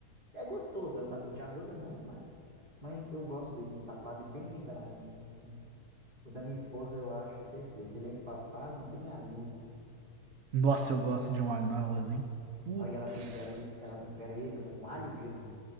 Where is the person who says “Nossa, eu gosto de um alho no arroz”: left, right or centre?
Right